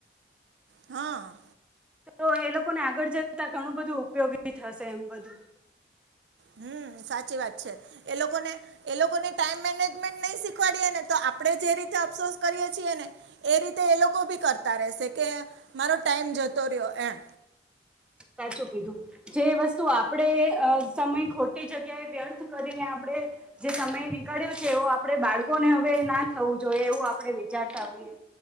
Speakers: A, on the right; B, in the centre.
A: હા
B: તો એ લોકોને આગળ જતા ઘણું બધું ઉપયોગી થશે એમ બધું
A: હમ્મ સાચી વાત છે એ લોકો ને એ લોકોને ટાઈમ મેનેજમેન્ટ નહી શીખવાડીએે ને, તો આપણે જે રીતે અફસોસ કરીએ છીએ ને એ રીતે એ લોકો બી કરતા રહેશે કે, મારો ટાઈમ જતો રહ્યો એમ
B: સાચું કીધું. જે વસ્તુ આપણેે સમય ખોટી જગ્યાએ વ્યર્થ કરીને આપણે જે સમય નીકળ્યો છે, એવો આપણે બાળકોને હવે ના થવું જોઈએ એવું આપણે વિચારતા હોઈએ.